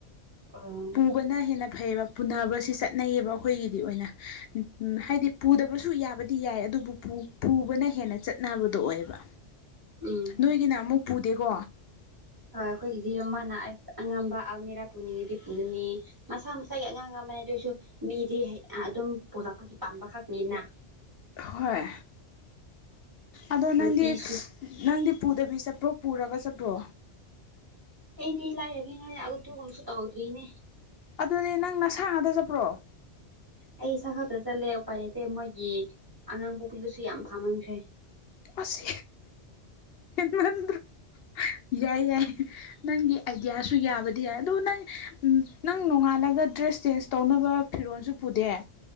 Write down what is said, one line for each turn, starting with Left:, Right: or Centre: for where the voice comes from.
Right: ꯑꯝ
Left: ꯄꯨꯕꯅ ꯍꯦꯟꯅ ꯐꯩꯌꯦꯕ ꯄꯨꯅꯕꯁꯤ ꯆꯠꯅꯩꯌꯦꯕ ꯑꯩꯈꯣꯏꯒꯤꯗꯤ ꯑꯣꯏꯅ ꯍꯥꯏꯗꯤ ꯄꯨꯗꯕꯁꯨ ꯌꯥꯕꯗꯤ ꯌꯥꯏ ꯑꯗꯨꯕꯨ ꯄꯨ ꯄꯨꯕꯅ ꯍꯦꯟꯅ ꯆꯠꯅꯕꯗꯣ ꯑꯣꯏꯕ
Right: ꯎꯝ
Left: ꯅꯣꯏꯒꯤꯅ ꯑꯃꯨꯛ ꯄꯨꯗꯦꯀꯣ
Right: ꯍꯣꯏ ꯑꯩꯈꯣꯏꯒꯤꯗꯤ ꯃꯥꯅ ꯑꯉꯝꯕ ꯑꯜꯃꯤꯔꯥ ꯄꯨꯅꯤꯡꯗꯤ ꯄꯨꯅꯤ ꯃꯁꯥ ꯃꯁꯥꯒꯤ ꯑꯉꯝ ꯑꯉꯝꯕꯅꯦ ꯑꯗꯨ ꯑꯣꯏꯁꯨ ꯃꯤꯗꯤ ꯑꯥ ꯑꯗꯨꯝ ꯄꯨꯔꯛꯄꯗꯤ ꯄꯥꯝꯕꯈꯛꯅꯤꯅ
Left: ꯍꯣꯏ ꯑꯗꯣ ꯅꯪꯗꯤ
Right: ꯅꯨꯄꯤꯁꯨ
Left: ꯅꯪꯗꯤ ꯄꯨꯗꯕꯤ ꯆꯠꯄ꯭ꯔꯣ ꯄꯨꯔꯒ ꯆꯠꯄ꯭ꯔꯣ
Right: ꯑꯩꯗꯤ ꯂꯥꯏꯔꯕꯤꯅꯦ ꯑꯗꯨꯒꯕꯁꯨ ꯇꯧꯗ꯭ꯔꯤꯅꯦ
Left: ꯑꯗꯨꯗꯤ ꯅꯪ ꯅꯁꯥ ꯉꯥꯛꯇꯥ ꯆꯠꯄ꯭ꯔꯣ
Right: ꯑꯩ ꯏꯁꯥ ꯈꯛꯇ ꯆꯠꯂꯦ ꯎꯄꯥꯏ ꯂꯩꯇꯦ ꯃꯣꯏꯒꯤ ꯑꯉꯥꯡ ꯄꯣꯛꯄꯤꯕꯨꯁꯨ ꯌꯥꯝ ꯐꯥꯃꯟꯈ꯭ꯔꯦ
Left: ꯑꯁ ꯍꯦꯃꯟꯗ꯭ꯔꯣ ꯌꯥꯏ ꯌꯥꯏ ꯅꯪꯒꯤ ꯑꯥꯏꯗꯤꯌꯥꯁꯨ ꯌꯥꯕꯗꯤ ꯌꯥꯏ ꯑꯗꯨ ꯅꯪ ꯅꯪ ꯅꯣꯡꯉꯥꯜꯂꯒ ꯗ꯭ꯔꯦꯁ ꯆꯦꯟꯖ ꯇꯧꯅꯕ ꯐꯤꯔꯣꯟꯜꯁꯨ ꯄꯨꯗꯦ